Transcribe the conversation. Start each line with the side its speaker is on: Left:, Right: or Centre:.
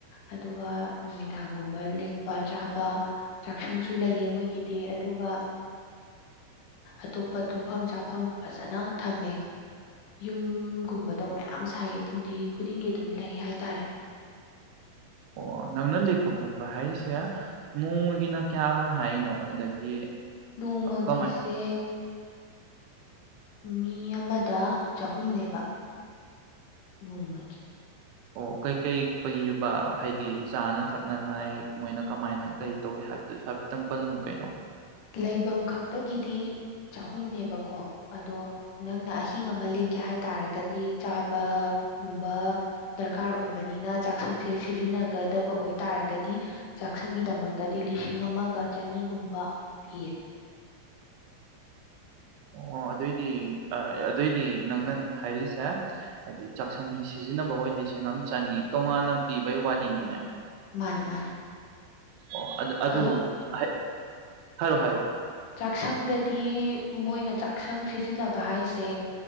Left: ꯑꯗꯨꯒ ꯅꯨꯃꯤꯗꯥꯡꯒꯨꯝꯕ ꯂꯦꯛꯄ ꯆꯥꯕ ꯆꯥꯛꯁꯪꯁꯨ ꯂꯩꯌꯦ ꯃꯣꯏꯒꯤꯗꯤ ꯑꯗꯨꯒ ꯑꯇꯣꯞꯄ ꯇꯨꯝꯐꯝ ꯆꯥꯐꯝ ꯐꯖꯅ ꯊꯝꯃꯦ ꯌꯨꯝꯒꯨꯝꯕꯗꯣ ꯃꯌꯥꯝ ꯁꯥꯏꯌꯦ ꯐꯨꯝꯗꯤ ꯈꯨꯗꯤꯡꯒꯤ ꯑꯗꯨꯝ ꯂꯩ ꯍꯥꯏꯇꯥꯔꯦ
Right: ꯑꯣ ꯅꯪꯅ ꯂꯦꯛꯄ ꯈꯣꯠꯄ ꯍꯥꯏꯁꯦ ꯅꯣꯡꯃꯒꯤꯅ ꯀꯌꯥ ꯍꯥꯏꯅꯣ ꯑꯗꯒꯤ
Left: ꯅꯣꯡꯃꯒꯤꯁꯦ
Right: ꯀꯃꯥꯏꯅ
Left: ꯃꯤ ꯑꯃꯗ ꯆꯍꯨꯝꯅꯦꯕ ꯅꯣꯡꯃꯒꯤ
Right: ꯑꯣ ꯀꯩꯀꯩ ꯄꯤꯕ ꯍꯥꯏꯗꯤ ꯆꯥꯅ ꯊꯛꯅꯉꯥꯏ ꯃꯣꯏꯅ ꯀꯃꯥꯏꯅ ꯀꯩ ꯇꯧꯏꯤ ꯍꯥꯏꯕꯗꯨꯁꯨ ꯍꯥꯏꯐꯦꯠꯇꯪ ꯄꯜꯂꯝꯃꯨ ꯀꯩꯅꯣ
Left: ꯂꯩꯐꯝ ꯈꯛꯇꯒꯤꯗꯤ ꯆꯍꯨꯝꯅꯦꯕꯀꯣ ꯑꯗꯣ ꯅꯪꯅ ꯑꯍꯤꯡ ꯑꯃ ꯂꯦꯛꯀꯦ ꯍꯥꯏꯇꯥꯥꯔꯒꯗꯤ ꯆꯥꯕꯒꯨꯝꯕ ꯗꯔꯀꯥꯔ ꯑꯣꯏꯕꯅꯤꯅ ꯆꯥꯛꯁꯪꯁꯦ ꯁꯤꯖꯤꯟꯅꯒꯗꯕ ꯑꯣꯏꯇꯥꯔꯒꯗꯤ ꯆꯥꯛꯁꯪꯒꯤꯗꯃꯛꯇꯗꯤ ꯂꯤꯁꯤꯡ ꯑꯃꯒ ꯆꯅꯤꯒꯨꯝꯕ ꯄꯤꯌꯦ
Right: ꯑꯣ ꯑꯗꯨꯏꯗꯤ ꯑꯗꯨꯑꯣꯏꯗꯤ ꯅꯪꯅ ꯍꯥꯏꯔꯤꯁꯦ ꯍꯥꯏꯗꯤ ꯆꯥꯛꯁꯪꯒꯤ ꯁꯤꯖꯤꯟꯅꯕ ꯍꯗꯤ ꯁꯦꯡꯉ ꯑꯃ ꯆꯪꯉꯤ ꯇꯣꯉꯥꯟꯅ ꯄꯤꯕꯒꯤ ꯋꯥꯔꯤꯅꯤꯅꯦ
Left: ꯃꯥꯅꯦ ꯃꯥꯅꯦ
Right: ꯑꯣ ꯑꯗꯨ
Left: ꯑꯗꯣ
Right: ꯍꯥꯏꯔꯣꯑꯣ ꯍꯥꯏꯔꯛꯑꯣ
Left: ꯆꯥꯛꯁꯪꯗꯗꯤ ꯃꯣꯏꯅ ꯆꯥꯛꯁꯪ ꯁꯤꯖꯤꯟꯅꯕ ꯍꯥꯏꯁꯦ